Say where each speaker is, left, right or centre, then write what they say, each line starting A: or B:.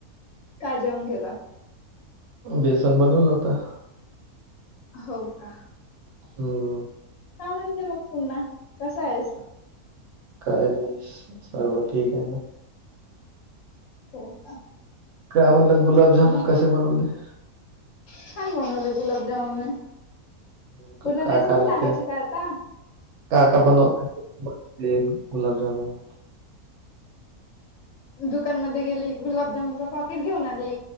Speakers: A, on the left; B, on the right.
A: काय जेवन केल.
B: बेसन बनवलं होत.
A: हो का.
B: हो हो.
A: काय म्हणते मग पुन्हा कसा आहेस.
B: काय नाही सर्व ठीक आहे ना.
A: हो का.
B: काय म्हणलं गुलाबजाम
A: मग
B: कसे बनवले.
A: छान बनवले गुलाबजामुन मी
B: हम्म, का
A: पूर्ण
B: का
A: रेसिपी
B: का लागते
A: सांगायची काय आता.
B: का का बन <inaudible> गुलाबजामुन
A: दुकानमध्ये गेली गुलाबजामुनचा पॉकीट घेऊन आली